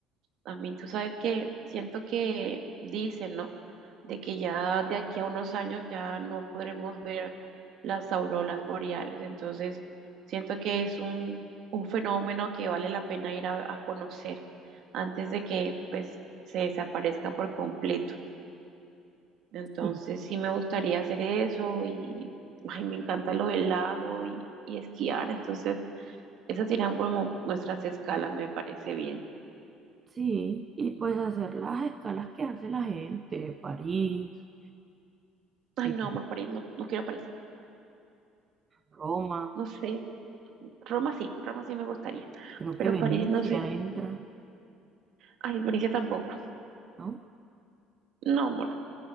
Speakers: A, on the right; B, on the right.
A: A mí, tú sabes que siento que dicen, ¿no? De que ya de aquí a unos años ya no podremos ver las auroras boreales. Entonces, siento que es un, un fenómeno que vale la pena ir a, a conocer antes de que, pues, se desaparezca por completo. Entonces
B: Sí.
A: sí me gustaría hacer eso y ay, me encanta lo del lago y, y esquiar. Entonces esas serían como nuestras escalas, me parece bien.
B: Sí, y pues hacer las escalas que hace la gente, París,
A: Ay,
B: y
A: no, amor, París, no, no quiero París.
B: Roma,
A: No sé, Roma sí, Roma sí me gustaría,
B: creo
A: pero
B: que Venecia
A: París no sé.
B: entra,
A: Ay, Venecia tampoco.
B: ¿no?
A: No, amor,